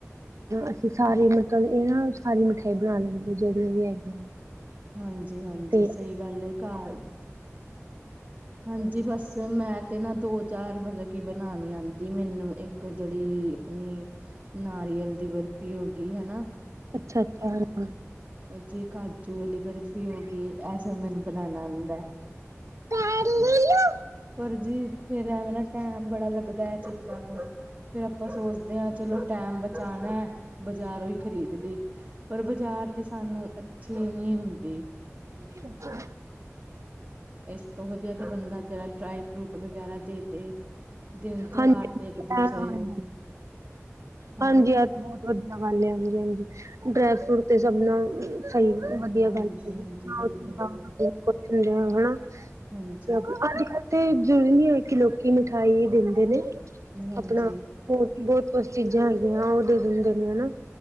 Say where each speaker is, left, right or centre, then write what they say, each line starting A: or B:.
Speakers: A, on the right; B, on the right.
A: ਅਸੀਂ ਸਾਰੇ ਲੋਕਾਂ ਇਹ ਨਾ ਸਾਰੀ ਮਿਠਾਈ ਬਣਾ ਲੈਂਦੇ ਜਿਹੜੀਆਂ ਵੀ
B: ਹਾਂਜੀ ਹਾਂਜੀ
A: ਤੇ
B: ਸਹੀ ਗੱਲ ਏ ਘਰ ਹਾਂਜੀ ਬਸ ਮੈਂ ਤੇ ਨਾ ਦੋ ਚਾਰ ਮਤਲਬ ਕਿ ਬਣਾਣੀ ਆਉਂਦੀ ਮੈਨੂੰ ਇੱਕ ਇੱਕ ਜਿਹੜੀ ਆਪਣੀ ਨਾਰੀਅਲ ਦੀ ਬਰਫ਼ੀ ਹੋ ਗਈ ਹਨਾ
A: ਅੱਛਾ ਅੱਛਾ
B: ਜੇ ਕਾਜੂ ਵਾਲੀ ਬਰਫ਼ੀ ਹੋ ਗਈ ਇਹ ਸਭ ਮੈਨੂੰ ਬਣਾਣਾ ਆਦਾ
A: <unintelligible>
B: ਪਰ ਜੀ ਫੇਰ ਐਵੇਂ ਨਾ ਟੈਮ ਬੜਾ ਲੱਗਦਾ ਹੈ ਚੀਜ਼ਾਂ ਨੂੰ ਫਿਰ ਆਪਾਂ ਸੋਚਦੇ ਹਾਂ ਚਲੋ ਟੈਮ ਬਚਾਣਾ ਬਾਜ਼ਾਰੋਂ ਹੀ ਖਰੀਦ ਲਈ ਪਰ ਬਾਜ਼ਾਰ ਦੀ ਸਾਨੂੰ ਅੱਛੀ ਨੀ ਹੁੰਦੀ
A: <inaudible> ਉਪਰ
B: ਇਸ ਤੋਂ ਵਧੀਆ ਤੇ ਬੰਦਾ ਜਿਰਾ ਡਰਾਈ ਫਰੂਟ ਵਗੈਰਾ ਦੇ ਤੇ ਦਿਨ ਤਿਉਹਾਰ
A: ਹਾਂਜੀ
B: ਤੇ ਇੱਕ ਦੂਸਰੇ
A: ਹਾਂਜੀ
B: ਨੂੰ ਹਨਾ।
A: ਹਾਂਜੀ ਤਾਂ ਵਧੀਆ ਗੱਲ ਹੈ ਹਾਂਜੀ ਹਾਂਜੀ ਡਰਾਈ ਫਰੂਟ ਤੇ ਸਭ ਨੂੰ ਸਹੀ
B: ਹਾਂਜੀ
A: ਵਧੀਆ ਗੱਲ ਐ <unintelligible>
B: ਹਾਂਜੀ ਬਿਲਕੁਲ ਬਿਲਕੁਲ
A: ਕੁੱਛ ਨੀ ਰਹਿਣਾ ਹਨਾ
B: ਹਾਂਜੀ।
A: ਤੇ ਆਪ ਅੱਜ ਕੱਲ ਤੇ ਜ਼ਰੂਰੀ ਨੀ ਹੈ ਕਿ ਲੋਕੀ ਮਿਠਾਈ ਦਿੰਦੇ ਨੇ
B: ਹਾਂਜੀ
A: ਆਪਣਾ ਹੋਰ ਬਹੁਤ ਕੁਛ ਚੀਜ਼ਾਂ ਹੈਗੀਆਂ ਉਹ ਦੇ ਦਿੰਦੇ ਨੇ ਹਨਾ